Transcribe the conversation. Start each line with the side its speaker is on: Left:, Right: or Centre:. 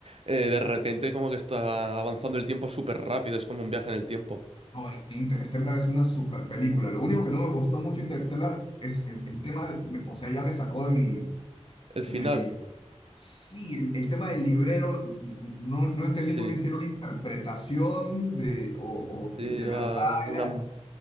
Right: eh, de repente como que está avanzando el tiempo súper rápido, es como un viaje en el tiempo.
Left: No, Interstellar es una super película. Lo único que no me gustó mucho Interstellar es el, el tema de, me- o sea, ya me sacó de mi,
Right: El final,
Left: de mi... Sí, el, el tema del librero, no, no entendí
Right: sí.
Left: muy bien si era una interpretación de, o, o
Right: Sí,
Left: si
Right: era
Left: de verdad
Right: alguna...
Left: era...